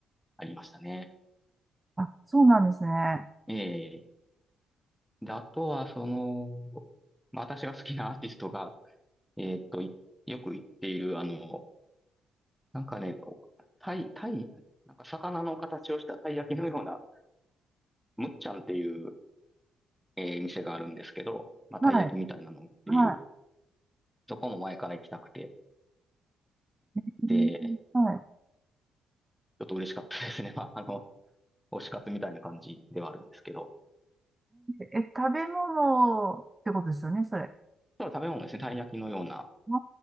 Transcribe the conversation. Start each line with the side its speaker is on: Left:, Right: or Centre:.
Centre: ありましたね。
Right: あ、そうなんですね。は
Centre: ええ。で、あとは、その、まあ、私が好きなアーティストが、えーっと、いよく行っている、あの、なんかね、おタイ、タイ、なんか魚の形をしたたい焼きのような、むっちゃんっていう、えー店があるんですけど、まあ、
Right: い。
Centre: たい焼きみたいなのを売っている。
Right: は
Centre: そこも前から行きたくて、
Right: い。うん
Centre: で、
Right: はい。
Centre: ちょっと嬉しかったですね。まあ、あの、推し活みたいな感じではあるんですけど。
Right: ええ、食べ物ってことですよね、それ。
Centre: そう、食べ物ですね。たい焼きのような。
Right: あ